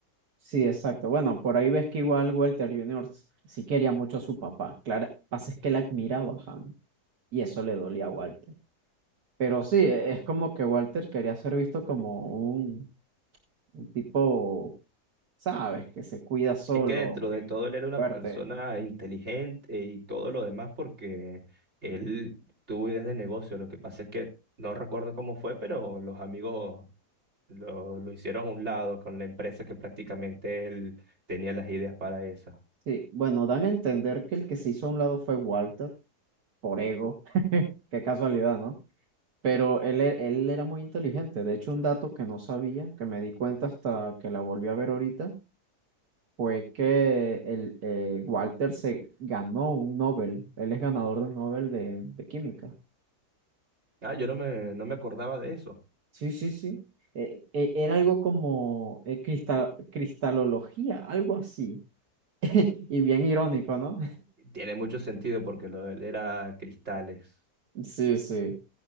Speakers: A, on the right (about 70°); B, on the right (about 45°).
A: sí, exacto. Bueno, por ahí ves que igual Walter Jr. sí quería mucho a su papá, claro, pasa es que él admiraba a Han. y eso le dolía a Walter. Pero sí, e, es como que Walter quería ser visto como un, un tipo, ¿sabes? Que se cuida solo,
B: Es que dentro de
A: que
B: todo él era una
A: fuerte.
B: persona inteligente y todo lo demás porque él tuvo ideas de negocio. Lo que pasa es que no recuerdo cómo fue, pero los amigos lo, lo hicieron a un lado con la empresa que prácticamente él tenía las ideas para esa.
A: Sí, bueno, dan a entender que el que se hizo a un lado fue Walter, por ego. <laughs> Qué casualidad, ¿no? Pero él, e- él era muy inteligente. De hecho, un dato que no sabía, que me di cuenta hasta que la volví a ver ahorita, fue que el, eh, Walter se ganó un Nobel. Él es ganador de un Nobel de de química.
B: Ah, yo no me, no me acordaba de eso.
A: Sí, sí, sí. Eh, eh, era algo como eh, crista- cristalología, algo así. <laughs> Y bien irónico, ¿no?
B: Tiene mucho sentido porque lo de él era cristales.
A: <laughs> Sí, sí.